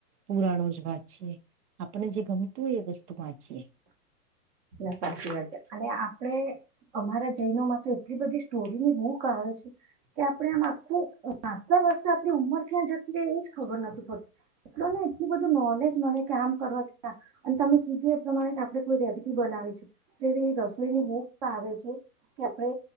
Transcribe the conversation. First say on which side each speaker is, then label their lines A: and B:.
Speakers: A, on the right (about 75°); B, on the right (about 25°).
A: પુરાણો જ વાતીએ આપણે જે ગમતું હોય એ વસ્તુ વાંચી છે
B: ના સાચી વાત છે અને આપણે અમારા જૈનો માં તો એટલી બધી સ્ટોરીની મૂક આવે છે કે આપણે આમ આખું વાચતા વાસતા આપણી ઉંમર ક્યાં જતી એજ ખબર નથી પડતી એટ ને એટલું બધું નોલેજ મળે કે આમ કરવાથી અને તમે કીધું એ પ્રમાણે કે આપડે કોઈ ર બનાવે છે તોવી રસોઈની બુક આવે છે કે આપણે